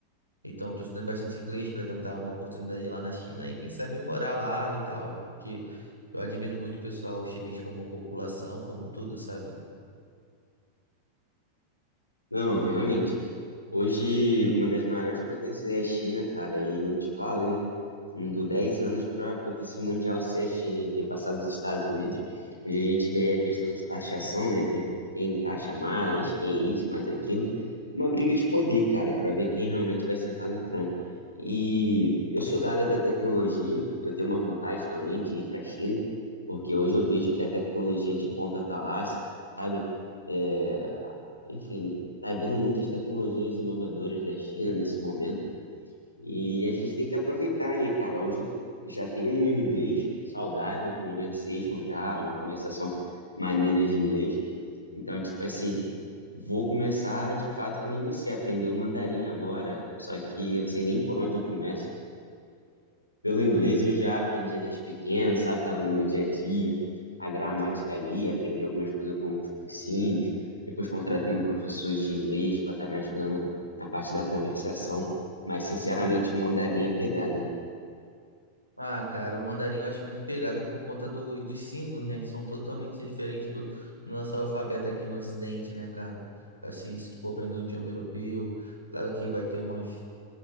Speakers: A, on the right (about 85°); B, on the left (about 85°).
A: então tô estudando bastante inglês pra tentar uma oportunidade lá na China e, quem sabe, morar lá e tal. Porque eu admiro muito o pessoal chinês como população, como tudo, sabe?
B: Não, realmente. Hoje, uma das maiores potências é a China, cara, e eu te falo, hein? Não dou 10 anos para a potência mundial ser a China, hein? Ter passado os Estados Unidos. Hoje a gente vê a questão de taxação, né? Quem, quem taxa mais, quem é isso, mais aquilo. É uma briga de poder, cara, para ver quem realmente vai sentar no trono. E eu sou da área da tecnologia, eu tenho uma vontade também de ir para a China, porque hoje eu vejo que a tecnologia de ponta tá lá, sabe? É, enfim, tá vindo muitas tecnologias inovadoras da China nesse momento e a gente tem que aproveitar, né, cara? Hoje eu já tenho um inglês saudável, conversation já, é uma conversação maneira de inglês. Então, tipo assim, vou começar de fato que nem você, aprender o mandarim agora, só que eu não sei nem por onde eu começo. Pelo inglês eu já aprendia desde pequeno, sabe? Tava no meu dia a dia, a gramática ali, aprendi algumas coisas com os cursinhos. Depois contratei um professor de inglês para estar me ajudando na parte da conversação. Mas, sinceramente, o mandarim é pegada, hein?
A: Ah, cara, o mandarim eu acho muito pegado por conta do, dos símbolos, né? Que são totalmente diferentes do, do nosso alfabeto aqui no Ocidente, né, cara? Assim, se tu for aprender um idioma europeu, claro que vai ter umas,